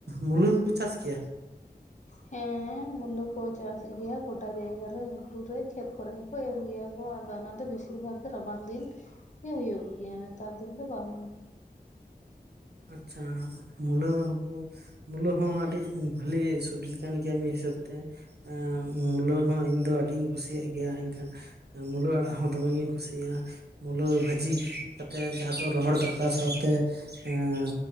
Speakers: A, on the right; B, on the left.
A: ᱢᱩᱞᱟᱹᱠᱚ ᱪᱟᱥ ᱠᱮᱭᱟ?
B: ᱦᱮᱸ ᱦᱮᱸ ᱢᱩᱞᱩᱹ ᱠᱚ ᱪᱟᱥ ᱮ ᱜᱮᱭᱟ ᱜᱚᱰᱟ ᱡᱟᱭᱜᱟ ᱨᱮ ᱦᱩᱴᱩᱨ ᱨᱮ ᱠᱷᱮᱛ ᱠᱚᱨᱮ ᱦᱚᱸᱠᱚ ᱮᱨ ᱜᱮᱭᱟ ᱠᱚ ᱟᱫᱚ ᱚᱱᱟ ᱫᱚ ᱵᱮᱥᱤᱨ ᱵᱷᱟᱜᱽ ᱨᱟᱵᱟᱝ ᱫᱤᱱ ᱜᱮ ᱦᱩᱭᱩᱜ ᱜᱮᱭᱟ ᱱᱮᱛᱟᱨ ᱫᱤᱱ ᱫᱚ ᱵᱟᱝ
A: ᱟᱪᱪᱷᱟ ᱢᱩᱞᱟᱹ ᱦᱚᱸ ᱠᱩ ᱢᱩᱞᱟᱹ ᱦᱚᱸ ᱟᱹᱰᱤ ᱵᱟᱹᱞᱤ ᱥᱚᱵᱽᱡᱤ ᱠᱟᱱ ᱜᱮᱭᱟ ᱢᱤᱫ ᱦᱤᱥᱟᱹᱵ ᱛᱮ ᱮᱸ ᱢᱩᱞᱟᱹ ᱦᱚᱸ ᱤᱧ ᱫᱚ ᱟᱹᱰᱤᱧ ᱠᱩᱥᱤᱭᱟᱜ ᱜᱮᱭᱟ ᱮᱱᱠᱷᱟᱱ ᱦᱮᱸ ᱢᱩᱞᱟᱹ ᱟᱲᱟᱜ ᱦᱚᱸ ᱫᱚᱢᱮᱜᱤᱧ ᱠᱩᱥᱤᱭᱟᱜᱼᱟ᱾ ᱢᱩᱞᱟᱹ ᱵᱷᱟᱹᱡᱤ ᱠᱟᱛᱮᱫ ᱡᱟᱦᱟᱸ ᱫᱚ ᱨᱚᱦᱚᱲ ᱫᱟᱠᱟ ᱥᱟᱶᱛᱮ ᱮᱸ